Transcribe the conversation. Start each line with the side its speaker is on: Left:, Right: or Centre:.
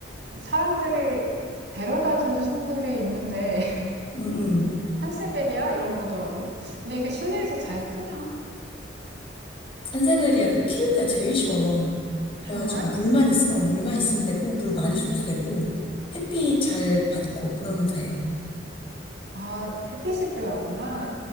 Right: 사람들이 데려다 준 식물이 있는데 <laughs>
Left: 음, 음.
Right: 산세베리아 이런 거더라고. 근데 이게 실내에서 잘 크나?
Left: 산세베리아가 키우기가 제일 쉬워. 그래가지고
Right: 정말?
Left: 물만 있, 어, 물만 있으면 되고, 물 많이 줘도 되고, 햇빛 잘 받고, 그러면 돼.
Right: 아, 햇빛이 필요하구나.